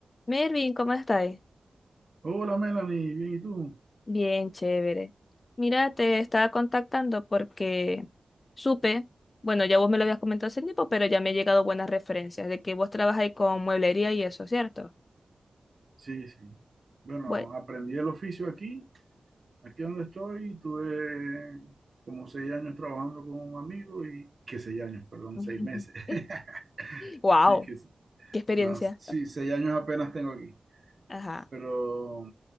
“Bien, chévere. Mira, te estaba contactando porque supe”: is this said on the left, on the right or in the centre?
Left